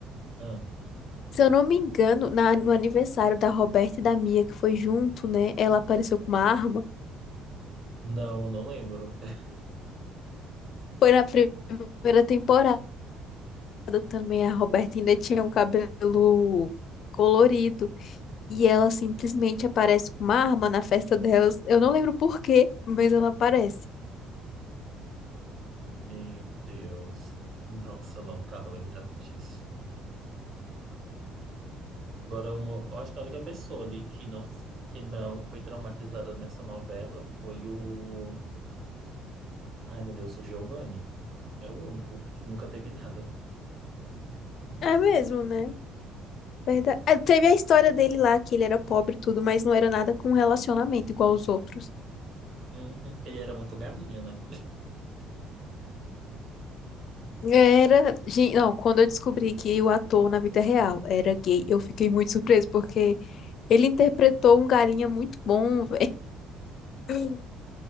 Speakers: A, on the right; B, on the left.
A: Ah,
B: Se eu não me engano, na- no aniversário da Roberta e da Mia, que foi junto, né? Ela apareceu com uma arma.
A: não, não lembro. <laughs>
B: Foi na pri- primeira temporada. também, a Roberta ainda tinha um cabelo colorido. E ela simplesmente aparece com uma arma na festa delas. Eu não lembro por quê, mas ela aparece.
A: Meu Deus. Nossa, eu não tava lembrado disso. Agora, uma, eu acho que a única pessoa ali que não, que não foi traumatizada nessa novela foi o. Ai, meu Deus, o Giovanni é o único que nunca teve nada.
B: É mesmo, né? Verdade. É, Teve a história dele lá, que ele era pobre e tudo, mas não era nada com relacionamento igual os outros.
A: Uhum. Ele era muito galinha, né?
B: Era. gen- Não, quando eu descobri que o ator na vida real era gay, eu fiquei muito surpresa, porque ele interpretou um galinha muito bom, velho.